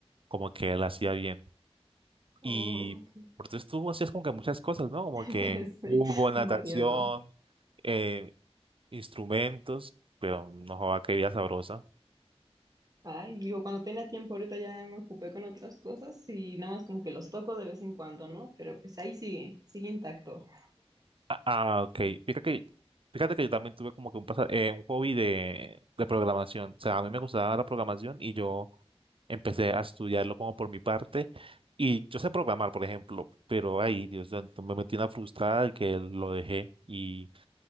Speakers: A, on the right (about 55°); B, on the right (about 35°).
A: como que él hacía bien.
B: oh,
A: Y
B: ok.
A: por eso tú hacías como que muchas cosas, ¿no? Como
B: <laughs> sí,
A: que fútbol,
B: variado.
A: natación. eh, instrumentos, pero no joda, qué vida sabrosa.
B: Ay, digo, cuando tenía tiempo ahorita ya me ocupé con otras cosas y nada más como que los toco de vez en cuando, ¿no? Pero pues ahí sigue, sigue intacto.
A: Ah, ah, ok. Fíjate que, fíjate que yo también tuve como que un, pasa- eh, un hobby de, de programación. O sea, a mí me gustaba la programación y yo empecé a estudiarlo como por mi parte. Y yo sé programar, por ejemplo, pero ahí, Dios, santo, me metí una frustrada que lo dejé y, o